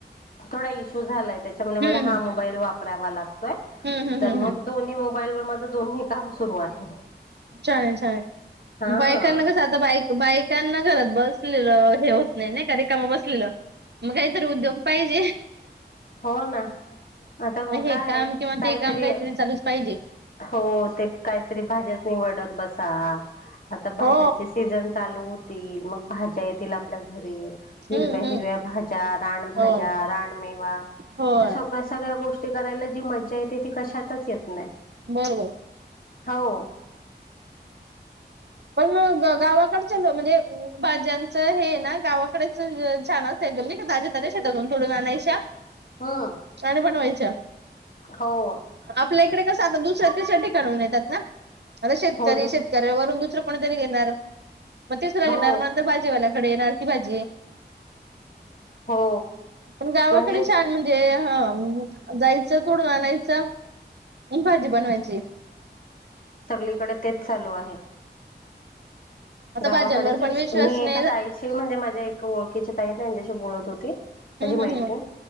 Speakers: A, on the left; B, on the right.
A: थोडा इशू झालाय. त्याच्यामुळे मला
B: हम्म
A: हा मोबाईल वापरायला लागतोय.
B: हम्म हम्म
A: तर
B: हम्म
A: मग
B: हम्म
A: दोन्ही मोबाईल वर माझं दोन्ही काम सुरू आहे.
B: चालेल चालेल
A: हा
B: बायकाना कस आता बाईक -बायकांना घरात बसलेलं हे होत नाही नाही का रिकामा बसलेलं. मग काहीतरी उद्योग पाहिजे.
A: हो ना, आता मोका
B: हे काम
A: आहे
B: किंवा
A: कायतरी
B: ते काम काहीतरी चालूच पाहिजे.
A: हो ते काहीतरी भाज्याच निवडत बसा. आता भाज्याचे
B: हो
A: सीझन चालू होतील मग भाज्या येतील आपल्या घरी. हिरव्या
B: हम्म हम्म
A: हिरव्या भाज्या, रानभाज्या,
B: हो.
A: रानमेवा,
B: होय
A: त्या सगळ्या सगळ्या गोष्टी करायला जी मज्जा येते ती कशातच येत नाही.
B: बरोबर
A: हो.
B: पण मग गावाकडच म्हणजे भाज्यांचं हे ना गावाकडेच छान असे एकदम नाही का, ताज्या ताज्या शेतातून तोडून आणायच्या. <inaudible>
A: हं.
B: आणि बनवायच्या.
A: हो.
B: आपल्या इकडे कसं आ दुसऱ्या तिसऱ्या ठिकाणा हुन येतात ना, आता शेतकरी
A: हो दुस
B: शेतकऱ्यावरून दुसर् कोणतरी घेणार, मग तिसरा
A: हो
B: घेणार, मंतर भाजीवाल्याकडे येणार ती भाजी.
A: हो
B: पण गावाकडे
A: म्हणजे
B: शान म्हणज जे ह जायचं तोडून आणायचं भाजी बनवायची.
A: सगळीकडे तेच चालू आहे.
B: आता
A: गावाकडचेच
B: भाज्यांवर पण विश्वास
A: मी
B: नाही
A: एखा ताईशी म्हणजे माझ्या ओळखीच्या ताई त्यांच्याशी बोलत होती
B: हम्म
A: माझी मैत्रीण.
B: हम्म हम्म